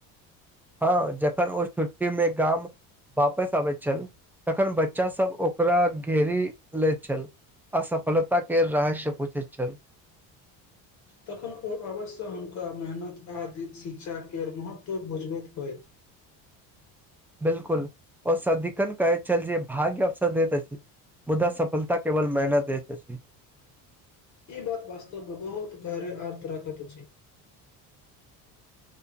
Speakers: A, in the centre; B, on the left.
A: हँ जखन ओ छुट्टी मे गाम वापस आबैत छल तखन बच्चा सब ओकरा घेरी लेत छल असफलता के रहस्य पूछैत छल
B: तखन ओ अवश्य हुनका मेहनत आ दिशिक्षाके महत्व बुझबैत होथि
A: बिल्कुल ओ सदिखन कहै चल जे भाग्य अवसर देैत अछी मुदा सफलता केवल मेहनत देते अछी
B: ई बात वास्तवमे बहुत गहरे आर्त राखत अछी